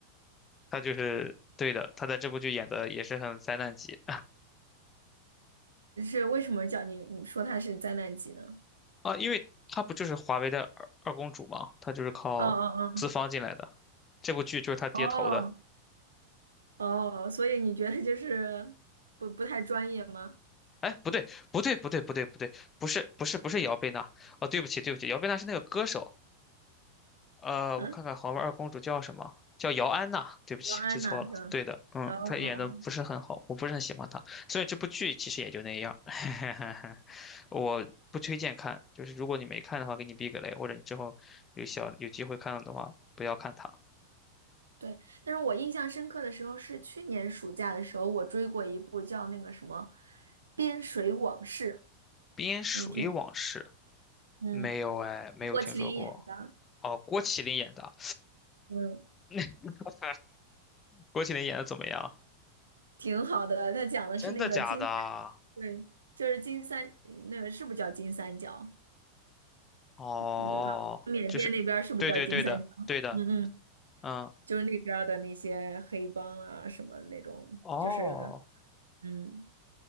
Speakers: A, on the left (about 20°); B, on the right (about 70°).
A: 她就是对的，她在这部剧演的也是很灾难级
B: 是为什么叫你？你说他是灾难级呢？
A: 啊，因为她不就是华为的二二公主嘛，她就是靠资方进来的，
B: 哦哦
A: 这部剧就是她爹投的。
B: 哦哦，哦，所以你觉得就是不不太专业吗？
A: 哎，不对，不对，不对，不对，不对，不是，不是，不是姚贝娜哦，对不起，对不起，姚贝娜是那个歌手，呃，
B: 嗯，
A: 我看看豪门二公主叫什么？叫姚安娜。对不起，
B: 姚安娜是吧？
A: 记错了。对的，嗯，
B: 哦哦哦
A: 她演的不是很好，我不是很喜欢她。所以这部剧其实也就那样，<laughs> 我不推荐看。就是如果你没看的话，给你避个雷，或者你之后有小有机会看了的话，不要看她。
B: 对，但是我印象深刻的时候是去年暑假的时候，我追过一部叫那个什么《边水往事》，
A: 《边水往事》
B: 你听，嗯，
A: 没有哎，没有听说过。
B: 郭麒麟演的，
A: 哦，郭麒麟演的，
B: 嗯。
A: <laughs> 郭麒麟演的怎么样？
B: 挺好的，他讲的是那个金三
A: 真的假的？
B: <laughs>，对，就是金三，那个是不是叫金三角？
A: 哦，
B: 嗯，缅甸那边儿是不是叫金三角？
A: 就是，对对对的，对的，
B: <laughs> 嗯嗯，
A: 嗯。
B: 就是那边儿的那些黑帮啊，什么那种，
A: 哦，
B: 就是，嗯